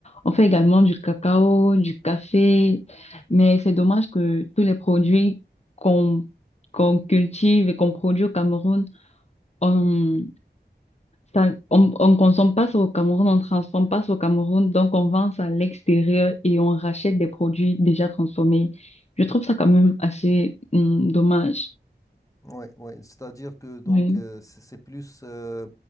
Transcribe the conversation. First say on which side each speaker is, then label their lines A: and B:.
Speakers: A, on the left; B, on the left.
A: On fait également du cacao, du café, mais c'est dommage que tous les produits qu'on qu'on cultive et qu'on produit au Cameroun, on ça, on, on consomme pas ça au Cameroun, on transforme pas ça au Cameroun, donc on vend ça à l'extérieur et on rachète des produits déjà transformés. Je trouve ça quand même assez hum, dommage.
B: Ouais, ouais. C'est-à-dire que donc
A: Oui.
B: euh, c'est c'est plus euh,